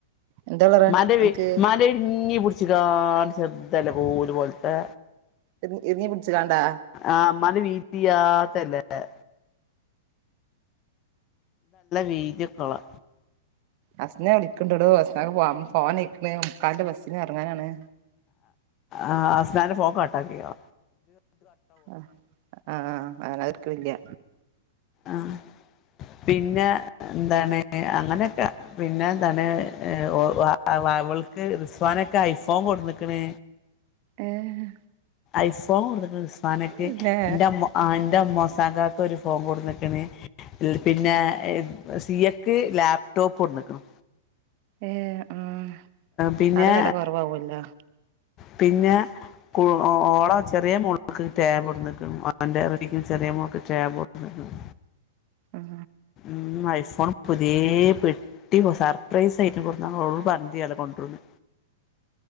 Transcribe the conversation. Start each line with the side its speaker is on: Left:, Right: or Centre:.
Right: എന്താ കളറ്
Left: മാധവി
Right: അനക്ക്
Left: മാധവി ഇന്നീപിടിച്ചിക്കാ ആൻ ചെർതല കോലുപോൽത്തെ
Right: ഇറി ഇറിഞ്ഞി പിടിച്ച്കാണ്ടാ
Left: ആ അമ്മാന്റെ വീതിയ്യാത്തല്ലേ എ വീതിയൊക്കെള്ളെ
Right: അസ്നെ വിക്ക്‌ണ്ടട <unintelligible> പോവാനായ്ക്ണ് മുക്കാല്ന്റെ ബസ് ന്ന് എറങ്ങാനാണ്
Left: ആ ആസ്നാന്റെ ഫോൺകട്ടാക്കിയൊ
Right: അഹ് ആ ആ അഹ്എട്ക്ക്ണ്ല്യ
Left: ആഹ് പിന്നെ എന്താണ് എ അങ്ങനെയൊക്കെ പിന്നെന്താണ് ഒ അ വ അവൾക്ക് സ് സോനൊക്കെ ഐഫോൺ കൊട്ന്ന്ക്ണ്
Right: ഏഹ്
Left: ഐഫോൺകൊട്ത്ത്ക്ക്ണ് ഉസ്മാനൊക്കെ
Right: പിന്നെ
Left: എന്റെ അമ്മ എന്റെ മോസാന്റെ- ഒരു ഫോൺ കൊടുനിക്കണ് പിന്നെ സി എക്ക് ലാപ്ടോപ്പ് കൊണ്ടുനിക്കണ്
Right: ഏഹ് ആഹ്
Left: പിന്നെ
Right: അടെ വില കുറവാവുല്ലോ
Left: പിന്നെ കു ഓള ചെറിയ മോൾക്ക് ടാബ് കൊണ്ടിനിക്കണ് അവന്റെ റിടിക്കും ചെറിയമോൾക്ക് ടാബ് കൊണ്ടിനിക്കണ്
Right: ഉം
Left: ഉം ഐഫോൺ പുതിയേ പെട്ടി സർപ്രൈസ് ആയിട്ടകൊടുന്ന് ഓളോട്പറതില്ല അതൊണ്ടുരൂന്ന്